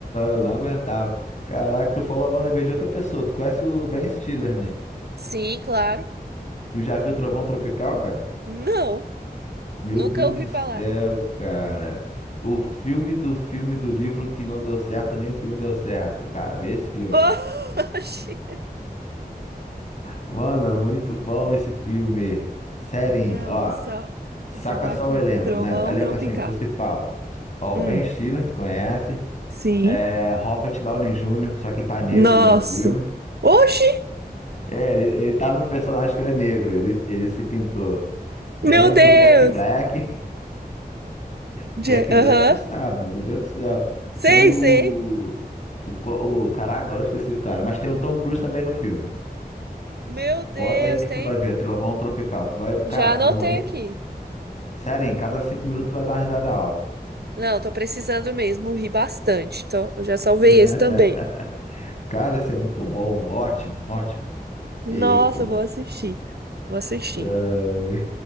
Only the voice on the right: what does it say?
Sim, claro.
Não,
nunca
ouvi
falar.
<laughs> Oxi.
Ah,
vou, sal...
vou salvar
aqui.
Trovão
tropical.
Hum,
sim.
Nossa.
Oxi!
Meu
Deus!
Je-
Aham.
Sei,
sei.
Meu Deus,
tem.
Já
anotei
aqui.
Não, tô precisando mesmo, ri bastante. Então, eu já salvei
esse também.
Nossa,
vou assistir. Vou assistir.